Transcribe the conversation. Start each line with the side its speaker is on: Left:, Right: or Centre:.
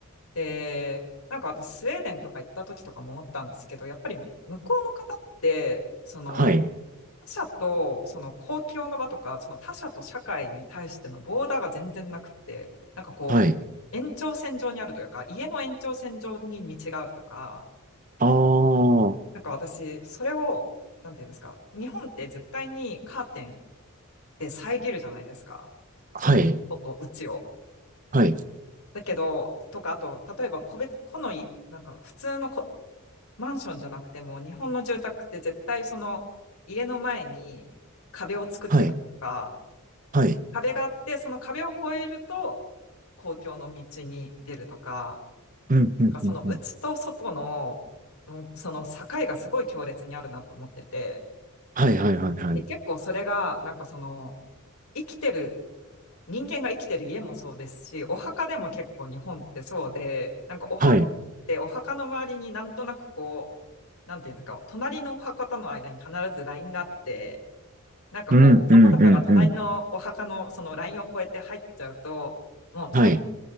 Left: で、なんか私、スウェーデンとか行った時とかも思ったんですけど、やっぱり向こうの方って、その、
Right: はい。
Left: 他者と、その公共の場とか、その他者と社会に対してのボーダーが全然なくって、なんかこう、
Right: はい。
Left: 延長線上にあるというか、家の延長線上に道があるとか、
Right: ああ。
Left: なんか私、それを、なんていうんですか、日本って絶対にカーテンで遮るじゃないですか。
Right: はい。
Left: その外と内を。
Right: はい。
Left: だけど、とか、あと、例えば個別、個のい、なんか普通のこマンションじゃなくても、日本の住宅って絶対その家の前に壁を作ってたりとか、
Right: はい。はい。
Left: 壁があって、その壁を越えると公共の道に出るとか、
Right: うん、うん、
Left: なんかその内と外の、
Right: うん、うん。
Left: もうその境がすごい強烈にあるなと思ってて、
Right: はい、はい、はい、はい。
Left: で、結構それが、なんかその、生きてる人間が生きてる家もそうですし、お墓でも結構日本ってそうで、なんかお墓ってお墓の周りになんとなくこう、
Right: はい。
Left: なんていうんですか、隣のお墓との間に必ずラインがあって、なんかこう、
Right: うん、
Left: 子供とかが隣のお墓のそのラインを越えて入っちゃうと、
Right: うん、うん、うん。
Left: もう隣の
Right: はい。